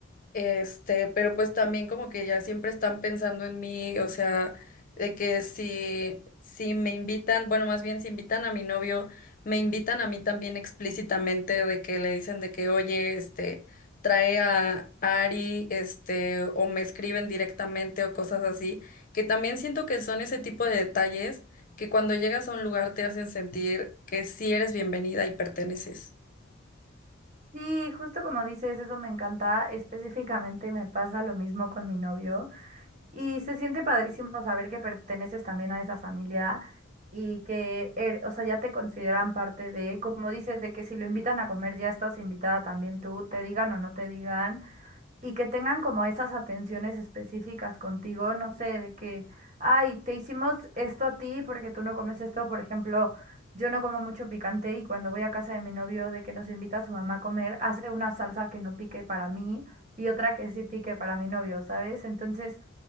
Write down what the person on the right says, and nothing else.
Sí, justo como dices, eso me encanta. Específicamente me pasa lo mismo con mi novio. Y se siente padrísimo saber que perteneces también a esa familia y que, er- o sea, ya te consideran parte de, como dices, de que si lo invitan a comer ya estás invitada también tú, te digan o no te digan y que tengan como esas atenciones específicas contigo, no sé, de que, ay, te hicimos esto a ti porque tú no comes esto, por ejemplo, yo no como mucho picante y cuando voy a casa de mi novio de que nos invita a su mamá a comer, hace una salsa que no pique para mí y otra que sí pique para mi novio, ¿sabes? Entonces,